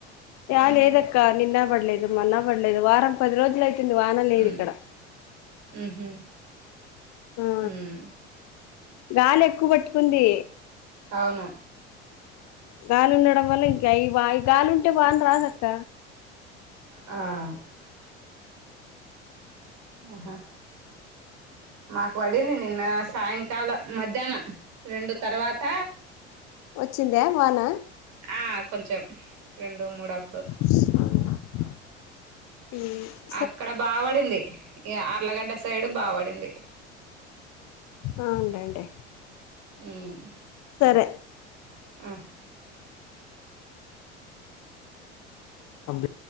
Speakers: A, on the left; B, on the right.
A: యా లేదక్క నిన్న బడ్లేదు మొన్న బడ్లేదు వారం పది రోజులు అయితుంది వాన లేదు
B: మ్మ్
A: ఇక్కడ
B: మ్మ్ హ్మ్
A: ఆ
B: ఉమ్
A: గాలి ఎక్కువ పట్టుకుంది
B: అవును
A: గాలి ఉండడం వల్ల ఇంకా అవి బా గాలి ఉంటే వాన రాదక్క
B: ఆ ఉ అహా మాకు పడింది నిన్న సాయంకాలం మధ్యాహ్నం రెండు తర్వాత
A: వచ్చిందా వానా
B: ఆ కొంచెం రెండు మూడు అప్పుడు
A: హ్మ్
B: అక్కడ బాబడింది ఈ ఆర్లగడ్డ సైడు బాపడింది
A: ఆ ఉండాయండి
B: హ్మ్
A: సరే
B: ఉ
A: అంపీ